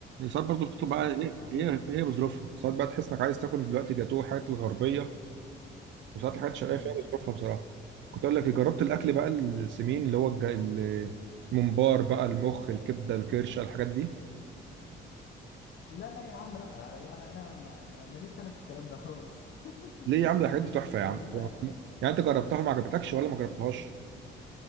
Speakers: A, on the right (about 70°); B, on the left (about 65°).
A: ساعات برضه بتطلب بقى
B: اه
A: ايه
B: عظيم
A: هي
B: عظيم
A: هي بظروفها ساعات بقى تحس انك عايز تاكل دلوقتي جاتوه حاجات الغربيه وساعات الحاجات الشرقيه
B: مم.
A: فيها بظروفها بصراحه كنت اقول لك إيه، جربت الاكل بقى السمين اللي هو الج- الممبار بقى المخ الكبده الكرشه الحاجات دي
B: لا لا يا عم لا آه، يعني انا ما- ما- ماليش انا في الكلام ده خالص <laughs>
A: ليه يا عم ده الحاجات دي تحفه
B: يعني
A: يا عم
B: انت
A: يعني انت جربتها ما عجبتكش ولا ما جربتهاش